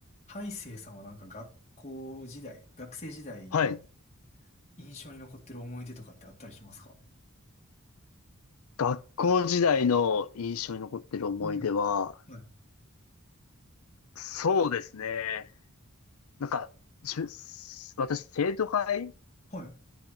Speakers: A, on the left; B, on the left.
A: 大成さんはなんか学校時代、学生時代の
B: はい。
A: 印象に残ってる思い出とかってあったりしますか
B: 学校時代の印象に残ってる思い出は、
A: うん。はい。
B: そうですね。なんか、じゅ私、生徒会
A: はい。